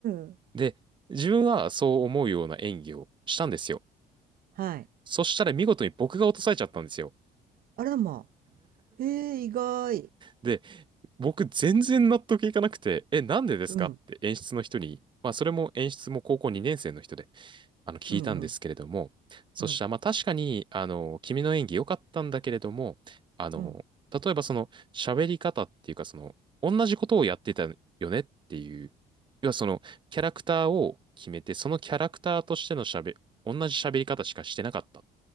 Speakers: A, on the right; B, on the right.
A: ん。
B: で、自分はそう思うような演技をしたんですよ。
A: はい。
B: そしたら見事に僕が落とされちゃったんですよ。
A: あらま。へえ、意外。
B: で、僕全然納得いかなくて、え、なんでですかって演出の人に、
A: うん、
B: まあそれも演出も高校2年生の人であの、聞いたんですけれども、
A: うん、うん、
B: そしたら、
A: うん、
B: まあ確かに、あの、君の演技良かったんだけれども、あの、
A: うん。
B: 例えばその、喋り方っていうか、その、同じことをやってたよねっていう、要はその、キャラクターを決めて、そのキャラクターとしての喋、同じ喋り方しかしてなかったっ